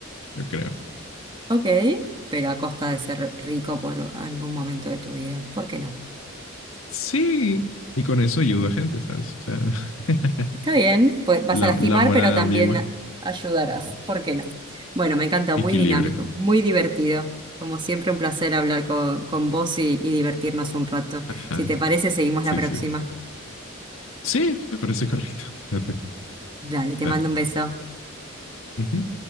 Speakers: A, on the left (about 70°); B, on the right (about 20°).
A: yo creo.
B: Ok, pero a costa de ser rico por algún momento de tu vida. ¿Por qué no?
A: Sí, y con eso ayudo a gente, ¿sabes? O sea, <laughs>
B: Está bien, pues vas
A: La,
B: a lastimar,
A: la moral
B: pero también
A: ambigua.
B: ayudarás. ¿Por qué no? Bueno, me encanta,
A: Equilibrio.
B: muy dinámico, muy divertido. Como siempre, un placer hablar con, con vos y, y divertirnos un rato.
A: Ajá.
B: Si te parece, seguimos
A: Sí,
B: la próxima.
A: sí. Sí, me parece correcto. Date,
B: Dale, te
A: dale.
B: mando un beso.
A: Ujú.